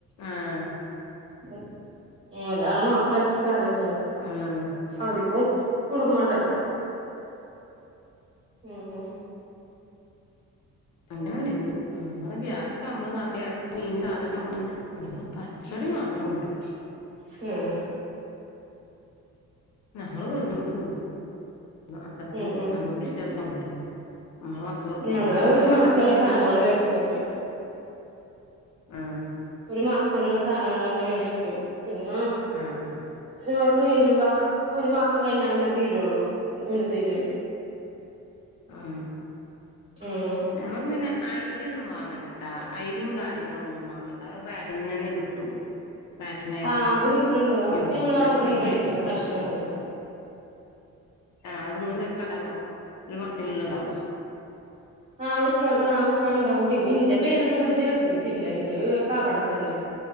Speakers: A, on the left; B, on the right.
A: ആഹ്
B: ഉം ഒരാള് മാത്രായിട്ട് കാര്യല്ലല്ലോ
A: ആഹ്
B: അവരിക്കും കുടുംബണ്ടല്ലോ ഉം ഹും
A: അങ്ങനെ നമ്മള് ഗ്യാസ് കമ്മള്റ ഇറച്ചി മീന് സാധനൊക്കെമ്മളുണ്ട് <unintelligible> പിന്നെ പച്ചക്കറി മാത്രം കൊണ്ടരും
B: ഹും
A: നമ്മള് കൊടുന്ന നമ്മക്ക് തിന്ന അത്രതന്നെ
B: ഉം ഉം
A: നമ്മക്ക് ഇഷ്ടള്ളതൊക്കെ കോണ്ട്രന്നെ നമ്മള മക്കക്കൊടുക്കണ്ടേ
B: ഞങ്ങള്
A: ഒരു കൊണ്ട്ര്നില്ലാച്ചട്ട്
B: മാസത്തുള്ള സാധനങ്ങൾ
A: നമ്മള്
B: മേടിച്ച് വെക്കും
A: ആഹ്
B: ഒരു മാസത്തിനുള്ള സാധനങ്ങളന്നെ മേടിക്കും പിന്നെ
A: ആഹ്
B: ഈ തീരുമ്പ ഒരു മാസം കഴിഞ്ഞാലന്നെ തീരൊള്ളൂ അയിന്റെമുന്നേ തീരില്ല
A: ആ
B: ഉം
A: ഞമ്മക്ക് പിന്നെ ഐര്യോന്നും വാങ്ങ വേണ്ടട്ടാ ഐരും കാര്യങ്ങളൊന്നും വങ്ങണ്ട അത് റേഷൻന്നന്നെ കിട്ടും റാഷനരി
B: ആ അത് കിട്ടുന്നുണ്ട് അതൊക്കെ
A: യും
B: ഞങ്ങള്
A: പച്ചരി
B: അവിടന്നന്നെ മേടിക്കലാ
A: ആയിച്ചും
B: റേഷൻ കടേന്ന്
A: ആഹ് അത്ങ്ങങ് വെക്കാണ്ടാവോ ഒരു മസത്തിന്ള്ളത്ണ്ടാവോ
B: ആഹ് വെക്കാ ആ് വെക്കാണ്ടാവും പിന്നെ ന്റെ പേരൊന്നും ഇങ്ങട് ചേർത്തിട്ടില്ല എന്റെത് ഒക്കെ അവട തന്നെ